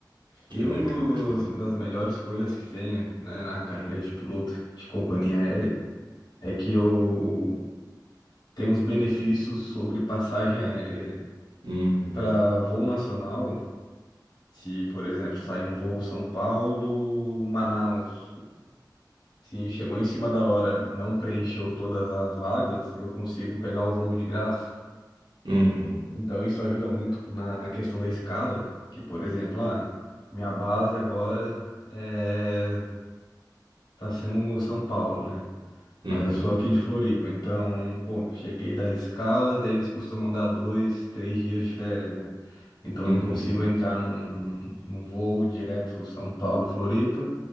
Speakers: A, on the right; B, on the left.
A: Que
B: E
A: legal,
B: um dos
A: que legal.
B: das melhores coisas que tem, né, na carreira de piloto de companhia aérea é que eu tenho uns benefícios sobre passagem aérea, né?
A: Uhum.
B: Para voo nacional, se, por exemplo, sai um voo São Paulo, Manaus, se chegou em cima da hora, não preencheu todas as vagas, eu consigo pegar o voo de graça.
A: Uhum.
B: Então isso ajuda muito na, na questão da escala, que, por exemplo, ah, minha base agora é, tá sendo o São Paulo, né? Mas
A: Uhum.
B: eu sou aqui de Floripa, então, pô, cheguei das escalas, daí eles costumam dar dois, três dias de férias, né? Então
A: Uhum.
B: eu consigo entrar num, num voo direto São Paulo, Floripa,